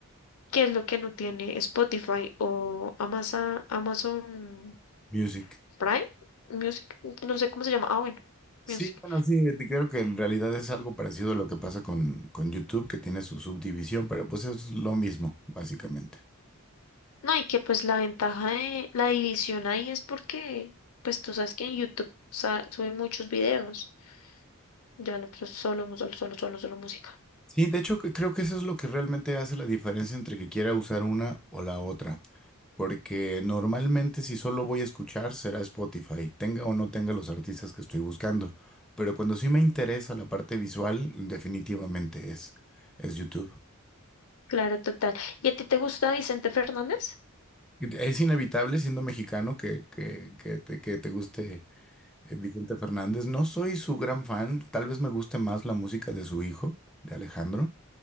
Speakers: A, on the left (about 70°); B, in the centre.
A: que es lo que no tiene Spotify o Amazon, Amazon
B: Music.
A: Prime Music, no sé cómo se llama, ah bueno,
B: Sí,
A: Music.
B: bueno, sí, de- creo que en realidad es algo parecido a lo que pasa con, con YouTube, que tiene su subdivisión, pero pues es lo mismo, básicamente.
A: No, y que pues la ventaja de la división ahí es porque pues tú sabes que en YouTube sa- suben muchos videos, ya nosotros solo, solo, solo, solo, solo música.
B: Sí, de hecho, que- creo que eso es lo que realmente hace la diferencia entre que quiera usar una o la otra. Porque normalmente si solo voy a escuchar será Spotify, tenga o no tenga los artistas que estoy buscando. Pero cuando sí me interesa la parte visual, definitivamente es, es YouTube.
A: Claro, total. ¿Y a ti te gusta Vicente Fernández?
B: Es inevitable siendo mexicano que, que, que te, que te guste eh, Vicente Fernández. No soy su gran fan, tal vez me guste más la música de su hijo, de Alejandro,